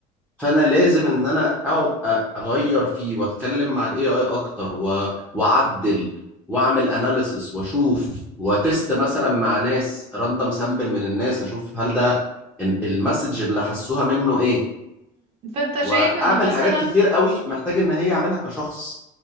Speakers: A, in the centre; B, on the right.
A: فانا لازم ان انا اقعد أ- اغير فيه واتكلم مع الاي اي اكتر و... واعدل واعمل اناليسس واشوف وتست مثلا مع ناس راندم سامبل من الناس اشوف هل ده ال- المسج اللي حسوها منه ايه
B: فانت شايف
A: واعمل
B: ان مثلا
A: حاجات كتير قوي محتاج ان هي اعملها كشخص